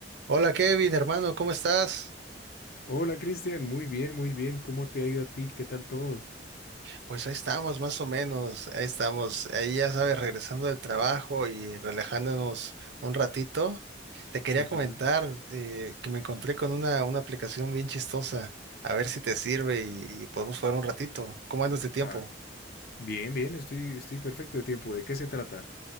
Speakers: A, on the right; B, on the left.
A: Hola Kevin, hermano, ¿cómo estás?
B: Hola Cristian, muy bien, muy bien. ¿Cómo te ha ido a ti? ¿Qué tal todo?
A: Pues ahí estamos, más o menos, ahí estamos, ahí ya sabes, regresando del trabajo y relajándonos un ratito. Te quería
B: Ujú.
A: comentar eh, que me encontré con una, una aplicación bien chistosa, a ver si te sirve y, y podemos jugar un ratito. ¿Cómo andas de tiempo?
B: Ah, bien, bien, estoy, estoy perfecto de tiempo. ¿De qué se trata?